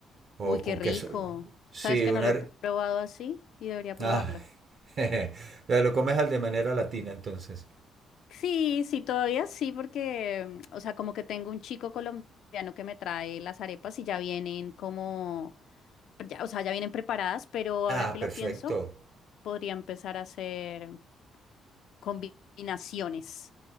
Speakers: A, on the left; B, on the right.
A: Uy,
B: O
A: qué
B: con
A: rico.
B: queso.
A: ¿Sabes
B: Sí,
A: que
B: una...
A: no lo he probado así y debería probarlo?
B: Ah, <laughs> jeje. Lo comes al de manera latina, entonces.
A: Sí, sí, todavía sí, porque, mm, o sea, como que tengo un chico colombiano que me trae las arepas y ya vienen como, ya- o sea, ya vienen preparadas, pero ahora
B: Ah,
A: que lo
B: perfecto.
A: pienso, podría empezar a hacer combinaciones